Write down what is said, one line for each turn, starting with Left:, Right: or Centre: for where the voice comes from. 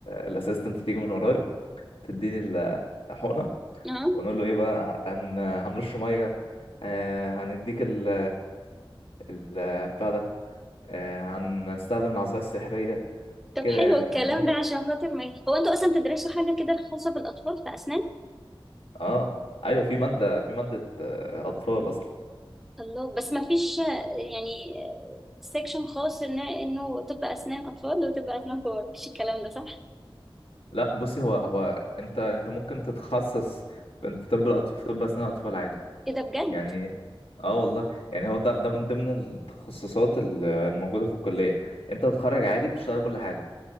Left: الاسيستنت تيجي من ورايا تديني ال- الحقنه
Centre: اه
Left: ونقول له ايه بقى هن هنرش ميه آه، هنديك ال ال بتاع ده آه، هنستخدم العصايه السحريه
Centre: طب
Left: كده
Centre: حلو
Left: يعني
Centre: الكلام
Left: فاهماني
Centre: ده عشان خاطر ما ي- هو انتوا اصلا بتدرسوا حاجه كده خاصه بالاطفال في اسنان
Left: اه ايوه في ماده في ماده آه، اطفال اصلا
Centre: الله بس ما فيش آه، يعني سيكشن خاص ان انه طب اسنان اطفال وطب اسنان كبار مفيش الكلام ده صح
Left: لا بصي هو هو انت انت ممكن تتخصص في طب الأطف- في طب اسنان اطفال عادي
Centre: ايه ده بجد
Left: يعني اه والله يعني هو ده ده من ضمن التخصصات ال- الموجودة في الكلية انت بتتخرج عادي بتشتغل كل حاجة